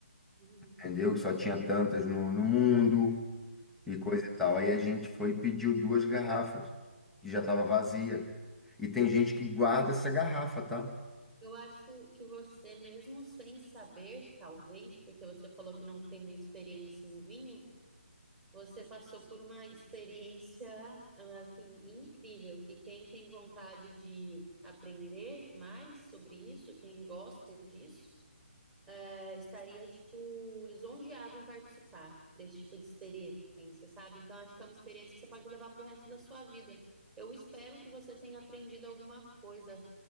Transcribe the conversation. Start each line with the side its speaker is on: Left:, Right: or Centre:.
Right: uhum,
Centre: entendeu? Que só tinha tantas no, no mundo e
Right: uhum.
Centre: coisa e tal. Aí a gente foi e pediu duas garrafas, que já estava vazia. E tem gente que guarda essa garrafa, tá?
Right: Eu acho que você, mesmo sem saber, talvez, porque você falou que não tem muita experiência em vinho, você passou por uma experiência, ah, assim, incrível, que quem tem vontade de aprender mais sobre isso, quem gosta disso, eh, estaria, tipo, lisonjeado em participar desse tipo de experiência, sabe? Então, acho que é uma experiência que você pode levar para o resto da sua vida. Eu espero que você tenha aprendido alguma coisa